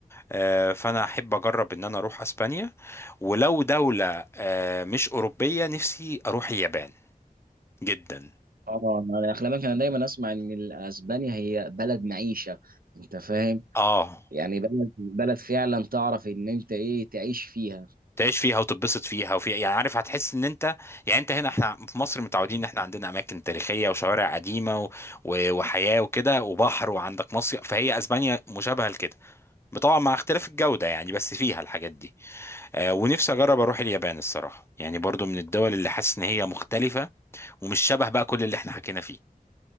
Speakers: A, on the left; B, on the right.
A: آه، فانا احب اجرب ان انا اروح اسبانيا ولو دوله آه، مش اوروبيه نفسي اروح اليابان جدا
B: اه انا اخلاقك انا دايما اسمع ان ال- اسبانيا هي بلد معيشه انت فاهم
A: اه
B: يعني بلد بلد فعلا تعرف ان انت ايه تعيش فيها
A: تعيش فيها وتتبسط فيها وفي يعني عارف هتحس ان انت يعني انت هنا احنا في مصر متعودين ان احنا عندنا اماكن تاريخيه وشوارع قديمه و... و... وحياه وكده وبحر وعندك مصيف فهي اسبانيا مشابهه لكده طبعا مع اختلاف الجوده يعني بس فيها الحاجات دي آه ونفسي اجرب اروح اليابان الصراحه يعني برضو من الدول اللي حاسس ان هي مختلفه ومش شبه بقى كل اللي احنا حكينا فيه